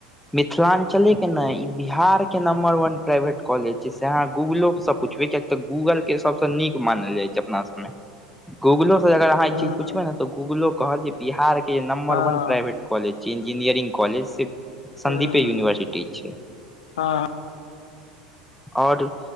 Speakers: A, in the centre; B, on the left.
A: मिथिलांचले के ने ई बिहार के नंबर वन प्राइवेट कॉलेज छै से अहाँ गूगलो से पूछबे कियैक तऽ गूगल के सबसँ नीक मानल जाइ छै अपना सबमे गूगलो से अगर अहाँ ई
B: हूं
A: चीज
B: हूं
A: पूछबै ने तऽ गूगलो कहत जे बिहार के नंबर
B: हँ
A: वन प्राइवेट कॉलेज छै इंजीनियरिंग कॉलेज सिर्फ सदीपे
B: हूं
A: यूनिवर्सिटी छै
B: हँ
A: आओर